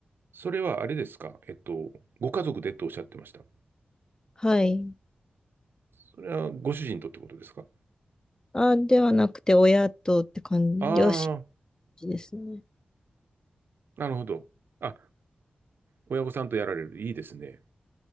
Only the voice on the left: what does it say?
<laughs> はい。
あ、ではなくて、親とって感じ、
両親ですね。